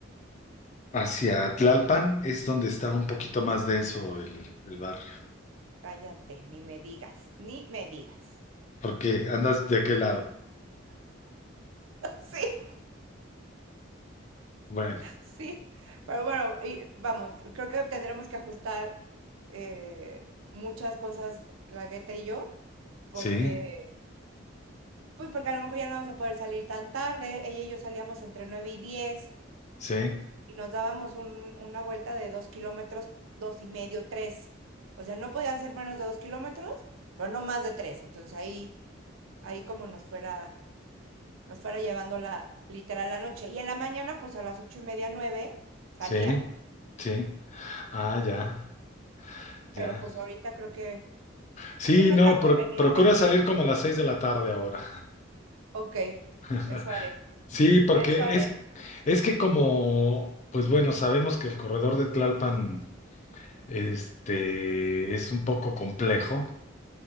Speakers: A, on the left (about 35°); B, on the right (about 85°).
A: hacia Tlalpan es donde está un poquito más denso el, el barrio.
B: Cállate, ni me digas, ni me digas.
A: Porque andas de qué lado?
B: <laughs> Sí,
A: Bueno,
B: sí. Pero bueno, y vamos, creo que tendremos que ajustar eh, muchas cosas, la Gueta y yo, porque,
A: sí,
B: pues porque a lo mejor ya no vamos a poder salir tan tarde. Ella y yo salíamos entre 9 y 10
A: sí,
B: y nos dábamos un- una vuelta de 2 kilómetros, dos y medio, 3. O sea, no podían ser menos de 2 kilómetros, pero no más de 3. Entonces ahí, ahí como nos fuera nos fuera llevando la, literal la noche. Y en la mañana, pues a las ocho y media, nueve, salíamos.
A: sí, sí. Ah, ya, ya.
B: Pero pues ahorita creo que,
A: Sí,
B: creo que no
A: no,
B: es tan
A: pro-
B: conveniente.
A: procura salir como a las seis de la tarde ahora.
B: Ok,
A: <laughs>
B: eso haré,
A: Sí, porque
B: eso haré.
A: es, es que como, pues bueno, sabemos que el corredor de Tlalpan este, es un poco complejo.